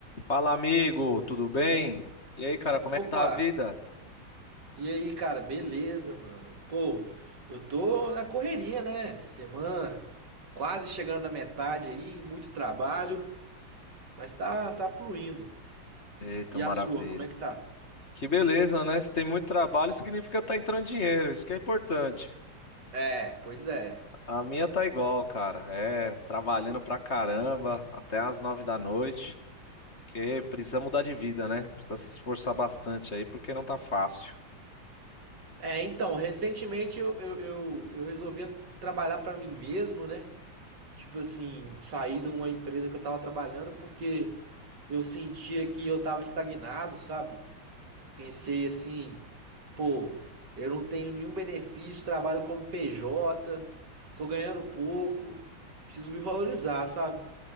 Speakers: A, on the left; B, on the right.
A: Fala, amigo, tudo bem? E aí, cara, como
B: Opa!
A: é que tá a vida?
B: E aí, cara, beleza, mano? Pô, eu tô na correria, né? Semana quase chegando na metade aí, muito trabalho, mas tá, tá fluindo.
A: Eita,
B: E
A: maravilha.
B: a sua, como é que tá?
A: Que beleza, né? Se tem muito trabalho, significa tá entrando dinheiro, isso que é importante.
B: É, pois é.
A: A minha tá igual, cara. É, trabalhando pra caramba, até às nove da noite, que precisa mudar de vida, né? Precisa se esforçar bastante aí, porque não tá fácil.
B: É, então, recentemente eu, eu, eu, eu resolvi trabalhar pra mim mesmo, né? Tipo assim, sair de uma empresa que eu tava trabalhando porque eu sentia que eu tava estagnado, sabe? Pensei assim, pô, eu não tenho nenhum benefício, trabalho como PJ, tô ganhando pouco, preciso me valorizar, sabe?